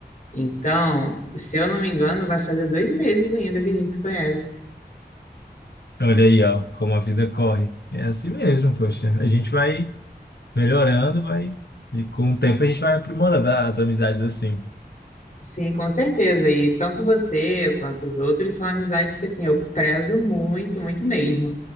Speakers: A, on the left (about 50°); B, on the left (about 75°).
A: Então, se eu não me engano, vai fazer dois meses ainda que a gente se conhece.
B: Olha aí, ó, como a vida corre. É assim mesmo, poxa. A gente vai melhorando, vai. E com o tempo a gente vai aprimorando as amizades assim.
A: Sim, com certeza. E tanto você quanto os outros são amizades que assim eu prezo muito, muito mesmo.